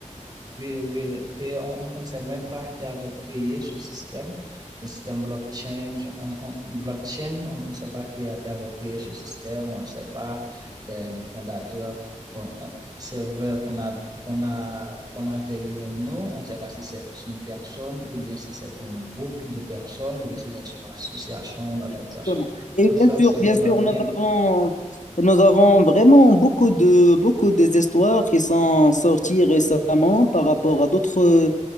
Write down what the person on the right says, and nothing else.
Oui, oui, et on, on on ne sait même pas qui avait créé ce système, le système blockchain. On, on- blockchain, on on ne sait pas qui, a, qui avait créé ce système, on ne sait pas qui est le fondateur. On- on- C'est vrai qu'on a, qu'on a, qu'on avait eu un nom, on ne sait pas si c'est une personne ou bien si c'est un groupe de personnes ou bien si c'est une association, une organisation.
On
ne sait, on
ne sait
vraiment
rien.